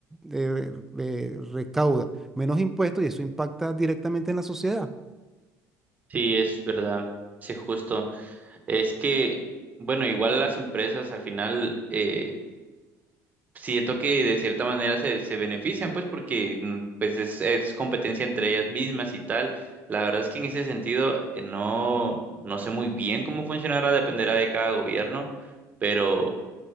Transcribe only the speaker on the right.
Sí, es verdad. Sí, justo. Es que, bueno, igual las empresas al final... eh, siento que de cierta manera se, se benefician, pues, porque mm, pues es, es competencia entre ellas mismas y tal. La verdad es que en ese sentido eh, no, no sé muy bien cómo funcionará, dependerá de cada gobierno, pero,